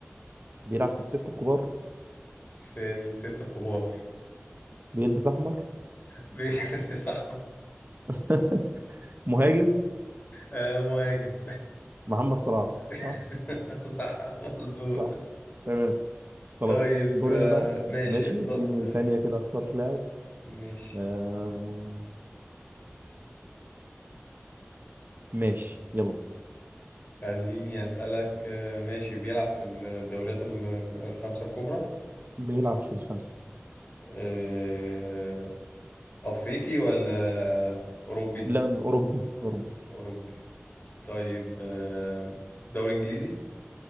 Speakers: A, on the right; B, on the left.
A: بيلعب في السته الكبار
B: في الستة الكبار
A: بيلبس احمر
B: <laughs> بي- صح
A: <laughs> مهاجم
B: أه مهاجم
A: محمد صلاح
B: <laughs>
A: صح
B: صح مظبوط
A: صح تمام خلاص
B: طيب
A: دورنا
B: آه،
A: بقى
B: ماشي
A: ماشي
B: اختار
A: اديني
B: آه،
A: ثانيه كده اختار لاعب
B: ماشي
A: آه ماشي يلا
B: خليني أسألك آه، ماشي بيلعب في الدوريات ال- الخمسة الكبرى
A: بيلعب في الخمسة
B: آه، أفريقي ولا أوروبي؟
A: لا أوروبي أوروبي
B: أوروبي طيب آه، دوري إنجليزي